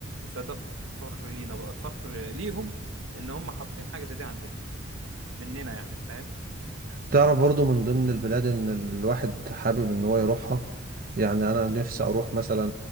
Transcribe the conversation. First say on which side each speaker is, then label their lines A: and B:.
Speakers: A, on the right; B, on the right.
A: فده فخر لينا بقى فخر ليهم ان هم حاطين حاجة زي دي عندنا مننا يعني فاهم
B: تعرف برضو من ضمن البلاد ان الواحد حابب ان هو يروحها يعني انا نفسي اروح مثلا